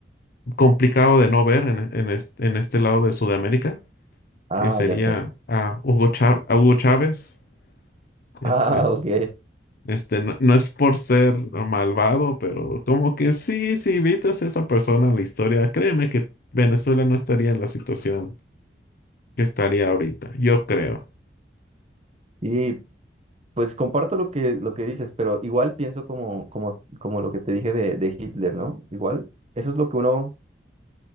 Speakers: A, on the left (about 55°); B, on the right (about 35°).
A: complicado de no ver en, en este, en este lado de Sudamérica,
B: Ah,
A: que sería
B: ya sé.
A: a Hugo Chá- a Hugo Chávez. Este,
B: Ah, ok.
A: Este, no, no es por ser malvado, pero como que sí, si evitas a esa persona en la historia, créeme que Venezuela no estaría en la situación que estaría ahorita, yo creo.
B: Y pues comparto lo que, lo que dices, pero igual pienso como, como, como lo que te dije de, de Hitler, ¿no? Igual, eso es lo que uno